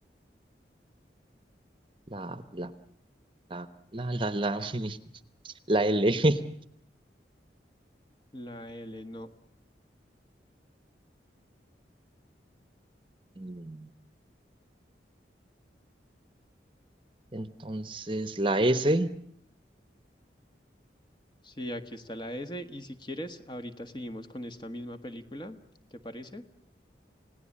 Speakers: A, on the right (about 30°); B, on the left (about 25°).
A: la, la, la, la, la, la, <laughs> la L. <laughs>
B: La L, no.
A: Mm, Entonces, la S,
B: Sí, aquí está la S. Y si quieres, ahorita seguimos con esta misma película. ¿Te parece?